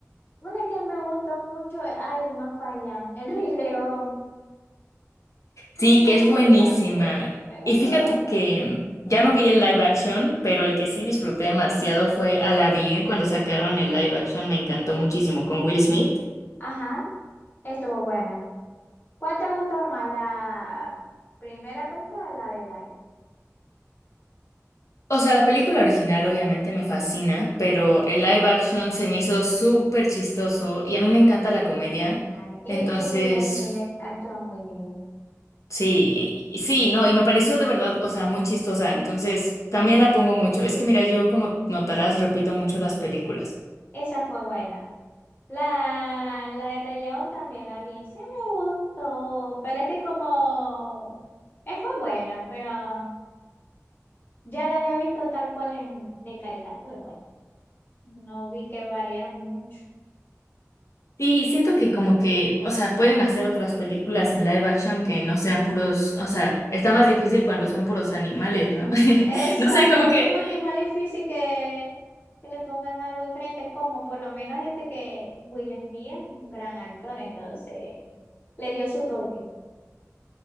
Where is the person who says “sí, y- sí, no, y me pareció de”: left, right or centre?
Left